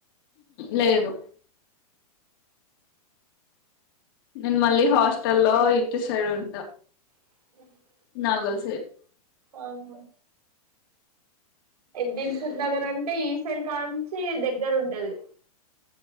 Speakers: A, on the left (about 40°); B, on the right (about 80°).
A: లేదు నేను మళ్ళీ హాస్టల్ లో ఇటు సైడ్ ఉంటా
B: <unintelligible>
A: నాగోల్ సైడ్
B: ఆ హ దిల్ సుఖ్ నగర అంటే ఈసి ఐ ల్ న్ కాంచి దగ్గర ఉంటది